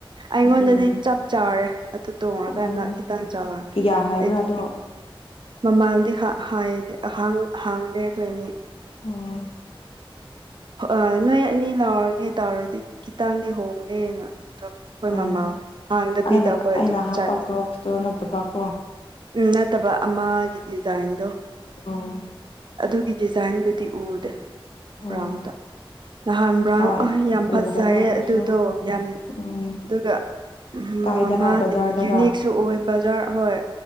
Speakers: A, on the right; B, on the left.
A: ꯑꯩꯉꯣꯟꯗꯗꯤ
B: ꯑꯗꯨꯒꯤꯅꯦ
A: ꯆꯞ ꯆꯥꯔꯦ ꯑꯗꯨ ꯇꯣꯡꯉꯀꯥꯟꯗ
B: ꯎꯝ
A: ꯈꯤꯇꯪ ꯆꯥꯎꯔ
B: ꯀꯤꯌꯥ ꯍꯥꯏꯕ꯭ꯔꯥ
A: ꯍꯥꯏꯗꯤ꯫
B: ꯑꯗꯣ
A: ꯃꯃꯥꯜꯗꯤ ꯍꯥꯏ ꯍꯥꯡꯗꯦ ꯑꯩꯈꯣꯏꯅꯤ꯫
B: ꯑꯣꯝ꯫
A: ꯑ ꯅꯣꯏ ꯑꯅꯤ ꯂꯥꯎꯔꯒꯦ ꯇꯧꯔꯗꯤ ꯈꯤꯇꯪꯗꯤ ꯍꯣꯡꯒꯦꯅ꯫ ꯑꯩꯈꯣꯏ
B: ꯎꯝ
A: ꯃꯃꯥ ꯍꯥꯡꯗꯕꯤꯗ
B: ꯑꯩꯅ
A: ꯑꯩꯈꯣꯏ
B: ꯑꯩꯅ
A: ꯑꯗꯨꯝ
B: ꯍꯥꯞꯄ
A: ꯆꯥꯠ꯫
B: ꯀ꯭ꯔꯣꯛꯁꯇꯣ ꯅꯠꯇꯕꯀꯣ
A: ꯎꯝ ꯅꯠꯇꯕ ꯑꯃꯒꯤ ꯗꯤꯖꯥꯏꯟꯗꯣ꯫
B: ꯎꯝ꯫
A: ꯑꯗꯨꯒꯤ ꯗꯤꯖꯥꯏꯟꯕꯨꯗꯤ ꯎꯗꯦ꯫
B: ꯎꯝ
A: ꯕ꯭ꯔꯥꯎꯟꯗ ꯅꯍꯥꯟ ꯕ꯭ꯔꯥꯎꯟ
B: ꯍꯣꯏ
A: ꯑ ꯌꯥꯝ ꯐꯖꯩꯌꯦ
B: ꯎꯗꯕ ꯑꯗꯨꯁꯨ
A: ꯑꯗꯨꯗꯣ ꯌꯥꯝ
B: ꯎꯝ
A: ꯑꯗꯨꯒ
B: ꯀꯥꯏꯗꯔꯥ
A: ꯃꯃꯥ
B: ꯕꯖꯥꯔꯗꯔꯥ
A: ꯌꯨꯅꯤꯛꯁꯨ ꯑꯣꯏ ꯕꯖꯥꯔ ꯍꯣꯏ